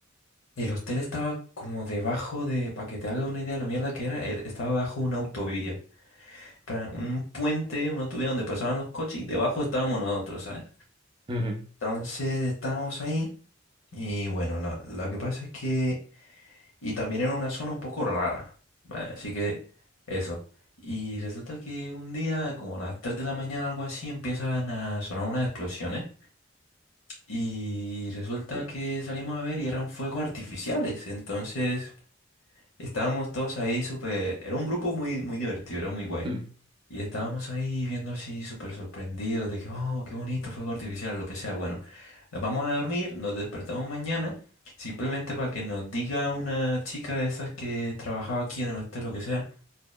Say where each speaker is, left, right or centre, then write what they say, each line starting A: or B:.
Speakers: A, on the left; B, on the right.
A: El hostel estaba como debajo de, para que te hagas una idea de lo mierda que era, eh, estaba bajo una autovía ca- un puente, una tubería donde pasaban los coches y debajo estábamos nosotros, ¿sabes?
B: Ujú,
A: Entonces estábamos ahí y bueno, la, la que pasa es que... Y también era una zona un poco rara, ¿vale? Así que eso. Y resulta que un día, como a las 3 de la mañana, algo así, empiezan a sonar unas explosiones. Y resulta
B: Ya.
A: que salimos a ver y eran fuegos artificiales. Entonces estábamos todos ahí súper... Era un grupo muy, muy divertido, era muy guay.
B: Hmm,
A: Y estábamos ahí viendo así súper sorprendidos de que, oh, qué bonito, fuego artificial, o lo que sea. Bueno, nos vamos a dormir, nos despertamos mañana, simplemente para que nos diga una chica de esas que trabajaba aquí en el hotel, lo que sea,